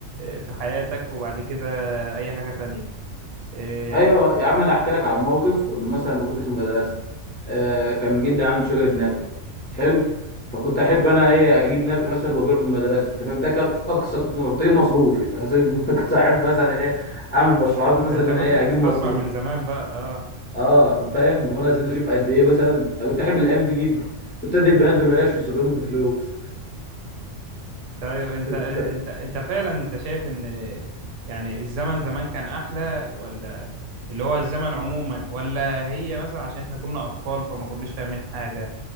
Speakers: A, on the right (about 75°); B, on the left (about 15°).
A: في حياتك وبعد كده اي حاجه تانية إيه،
B: ايوه يا عم انا احكي لك على موقف مثلا لما كنت في المدرسه آه كان جدي عنده شجره ناب حلو فكنت احب انا ايه اجيب ناب مثلا وابيعه في المدرسه انت فاهم ده كان اقصى طموحي كنت اجيب مصروفي مثلا <laughs> كنت احب مثلا ايه اعمل مشروعات مثلا
A: ده انت
B: ان انا
A: كنت
B: ايه
A: بتستثمر
B: اجيب مصروف
A: من زمان بقى آه.
B: اه فاهم وانا يا سيدي اشوف قد ايه مثلا أنا كنت احب الايام دي جدا كنت ادي البنات ببلاش والصبيان بفلوس
A: طيب
B: <laughs>
A: انت انت انت فعلا انت شايف ان يعني الزمن زمان كان احلى ولا اللي هو الزمن عموما ولا هي مثلا عشان احنا كنا اطفال فما كناش فاهمين حاجة